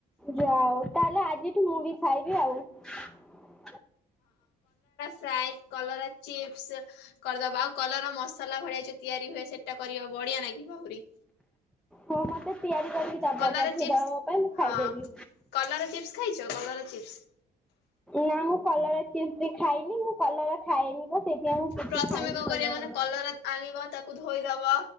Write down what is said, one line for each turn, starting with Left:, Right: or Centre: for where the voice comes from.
Centre: ଯାଅଉ ତାହେଲେ ଆଜିଠୁ ମୁଁ ବି ଖାଇବି ଆଉ <unintelligible>
Left: ଫ୍ରାଇ କଲରା ଚିପ୍ସ କରଦବା ଆଉ କଲରା ମସଲା ଭଳିଆ ଯୋଉ ତିଆରି ହୁଏ ସେଇଟା କରିବ ବଢିଆ ନାଗିବ ଆହୁରି।
Centre: ହଉ ମତେ ତିଆରି କରିକି ଦବ
Left: କଲରା
Centre: ପଠେଇଦବ
Left: ଚିପ୍ସ
Centre: ମୋ ପାଇଁ ମୁଁ
Left: ହଁ
Centre: ଖାଇଦେବି।
Left: କଲରା ଚିପ୍ସ ଖାଇଚ କଲରା ଚିପ୍ସ?
Centre: ନା ମୁଁ କଲରା ଚିପ୍ ବି ଖାଇନି ମୁଁ କଲରା ଖାଏନି ତ। ସେଇଥିପାଇଁ ମୁଁ କିଛି
Left: ପ୍ରଥମେ
Centre: ଖାଇନି
Left: କଣ
Centre: କଲରାର।
Left: କରିବା ମାନେ କଲରାକ୍ ଆଣିବା ତାକୁ ଧୋଇଦବା